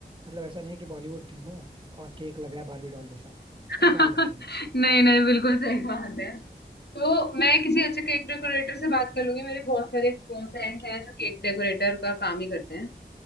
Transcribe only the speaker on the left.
<laughs>
नहीं नहीं बिल्कुल सही बात है तो मैं किसी अच्छे केक डेकोरेटर से बात कर लूंगी मेरे बहुत सारे फ्रेंड्स हैं जो केक डेकोरेटर का काम ही करते हैं